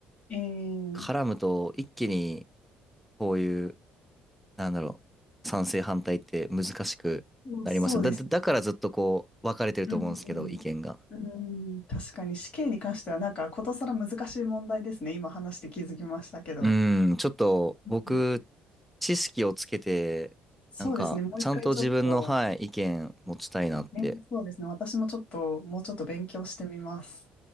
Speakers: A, on the left; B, in the centre.
A: えー、
B: 絡むと一気にこういう、なんだろう、賛成反対って難しくなりますよね。
A: そうそうです。
B: だ、だだからずっとこう、分かれてると思うんですけど、
A: うん、
B: 意見が。
A: うん、確かに死刑に関してはなんかことさら難しい問題ですね。今話して気づきましたけど。
B: うん、ちょっと僕、
A: うん
B: 知識をつけて、
A: そうですね。
B: なんか、
A: もう一回ちょっと、
B: ちゃんと自分の、はい、意見持ちたいなって
A: ね、そうですね。私もちょっと、もうちょっと勉強してみます。